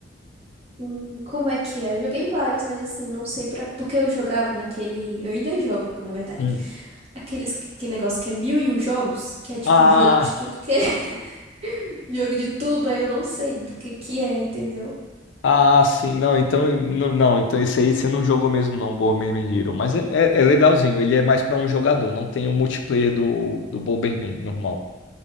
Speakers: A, on the right (about 35°); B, on the left (about 75°).
A: Hum, Como é que é? Eu joguei vários, mas assim, não sei pra... Porque eu jogava naquele... Eu ainda jogo, na verdade.
B: Hum.
A: Aqueles que, que negócio que é mil e um jogos, que é tipo
B: Ah,
A: jogo de tudo, que é <laughs> jogo de tudo, aí eu não sei do que que é, entendeu?
B: Ah, sim, não, então, não, não, então esse aí você não jogou mesmo não, Bomberman Hero, mas é, é- é legalzinho, ele é mais pra um jogador, não tem o multiplayer do, do Bomberman normal.